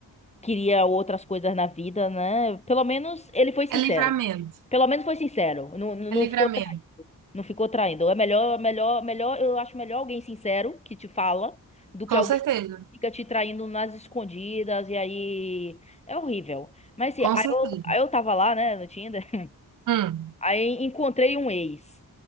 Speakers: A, on the left; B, on the right.
A: queria outras coisas na vida, né? Pelo menos ele foi sincero.
B: É livramento,
A: Pelo menos foi sincero. Não, não
B: é
A: não
B: livramento.
A: ficou traindo. Não ficou traindo. É melhor, melhor, melhor, eu acho melhor alguém sincero que te fala do que
B: Com
A: alguém
B: certeza,
A: que fica te traindo nas escondidas e aí é horrível. Mas assim,
B: com
A: aí
B: certeza.
A: eu, aí eu tava lá, né, no Tinder,
B: Hum.
A: <laughs> aí encontrei um ex.